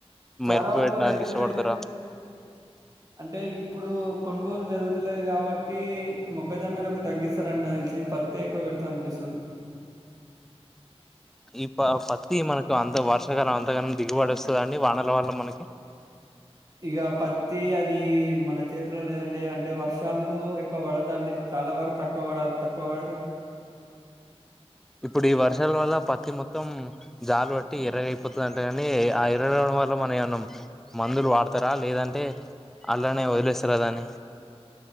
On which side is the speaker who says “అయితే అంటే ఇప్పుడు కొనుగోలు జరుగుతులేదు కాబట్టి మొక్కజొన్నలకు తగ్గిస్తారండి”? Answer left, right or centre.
Right